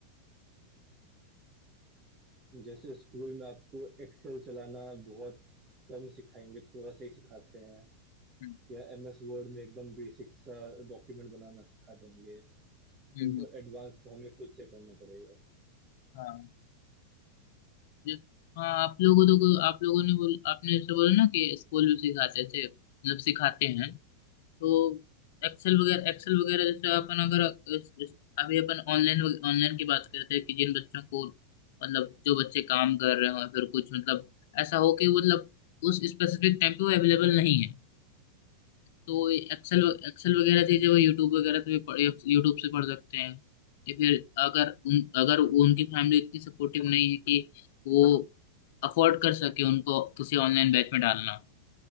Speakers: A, on the right (about 30°); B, on the left (about 50°).
A: जैसे स्कूल में आपको एक्सेल चलाना बहुत कम सिखाएंगे थोड़ा सा ही सिखाते हैं
B: हम्म
A: या एमएस वर्ड में एकदम बेसिक सा डॉक्यूमेंट बनाना सिखा देंगे
B: हम्म,
A: उनको एडवांस तो हमें खुद से करना पड़ेगा
B: हाँ जिस- हाँ आप लोगों तो आप लोगों ने बोल आपने ऐसे बोला ना कि स्कूल में सिखाते थे मतलब सिखाते हैं तो एक्सेल वगैरह एक्सेल वगैरह जैसे अपन अगर इस- इस- अभी अपन ऑनलाइन ऑनलाइन की बात करते हैं कि जिन बच्चों को मतलब जो बच्चे काम कर रहे हो या फिर कुछ मतलब ऐसा हो कि वो मतलब उस स्पेसिफिक टाइम पे वो अवेलेबल नहीं है तो एक्सेल एक्सेल वगैरह चीजें वो यूट्यूब वगैरह से भी पढ़ यूट्यूब से पढ़ सकते हैं या फिर अगर उन अगर वो उनकी फैमिली इतनी सपोर्टिव नहीं है कि वो अफोर्ड कर सके उनको किसी ऑनलाइन बैच में डालना